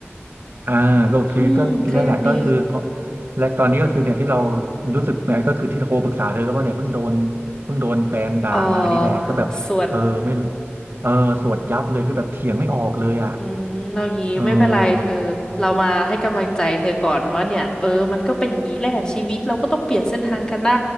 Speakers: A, on the right; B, on the left.
A: อ่าก็โอเคก็นั่นแหละก็คือเพราะ
B: อืมก็ยังดี
A: และตอนนี้ก็คือเนี่ยที่เรารู้สึกเนี่ยก็คือที่โทรปรึกษาเธอก็เพราะเนี่ยเพิ่งโดนเพิ่งโดนแฟนด่ามานี่แหละก็แบบเออไม่
B: เออสวด
A: เออสวดยับเลยคือแบบเถียงไม่ออกเลยอ่ะ
B: อืมเรางี้ไม่เป็นไรเธอเรามาให้กำลังใจเธอก่อนว่าเนี่ยเออมันก็เป็นอย่างนี้แหละชีวิตเราก็ต้องเปลี่ยนเส้นทางกันได้
A: เออ